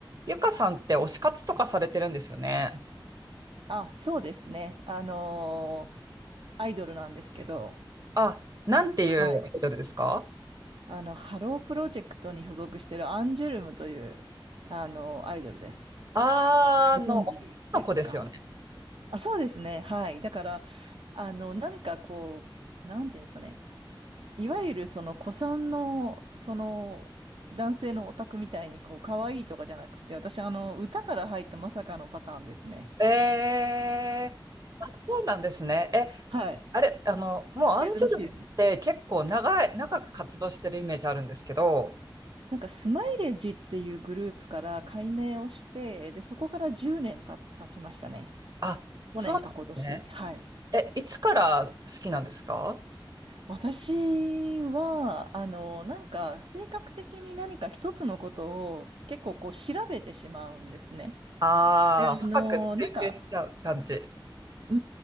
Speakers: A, on the right; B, on the right.
A: ゆかさんって推し活とかされてるんですよね。
B: あ、そうですね。あのーアイドルなんですけど、
A: あ、なんていうアイドルですか
B: はい。あの、ハロープロジェクトに所属してるアンジュルムという、あのアイドルです。
A: あー、
B: ご存知ですか
A: あの、女の子ですよね。
B: あ、そうですね。はい。だから、あの、何かこう、なんていうんですかね。いわゆるその古参の、その、男性のオタクみたいに、こう、可愛いとかじゃなくて、私、あの、歌から入ったまさかのパターンですね。
A: え、えー、そうなんですね。え、
B: はい。
A: あれ、あの、もうアンジュルムって結構長い、
B: 珍しいですよ
A: 長く活動してるイメージあるんですけど、
B: なんかスマイレージっていうグループから改名をして、で、そこから10年た、経ちましたね。
A: あ、そうなんですね。
B: 去年か今年。はい。
A: え、いつから好きなんですか
B: 私は、あの、なんか性格的に何か一つのことを結構こう調べてしまうんですね。
A: ああー、
B: で、あの、
A: 深く追求しちゃう感じ。
B: なんか、う